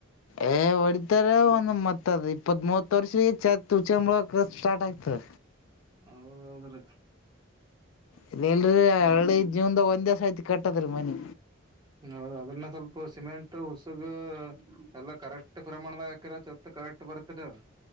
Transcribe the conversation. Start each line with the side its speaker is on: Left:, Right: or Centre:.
Left: ಏ ಹೊಡಿತಾರೆ ಒಂದುಮತ್ತದ ಇಪ್ಪ ಮೂವತ್ತು ವರ್ಷ ಚ ತುಚ ಮೂ ಕ ಸ್ಟಾರ್ಟ್ ಆಗ್ತ
Right: ಹೌದೌದ ರ
Left: ಇಲ್ಲ ಎಲ್ರರಿ ಹಳ್ಳಿ ಜೀವನ್ದ ಒಂದ್ ದಿವಸ ಐತಿ ಕಟ್ಟದೀ ಮನಿ
Right: ಹೌದು ಅದ್ರನ್ನ ಸ್ವಲ್ಪ ಸಿಮೆಂಟ್ ಹುಸುಗ ಎಲ್ಲ ಕರೆಕ್ಟ್ ಪ್ರಮಾಣದ ಹಾಕಿರ ಚತ್ ಕರೆಕ್ಟ್ ಬರ್ತರಿ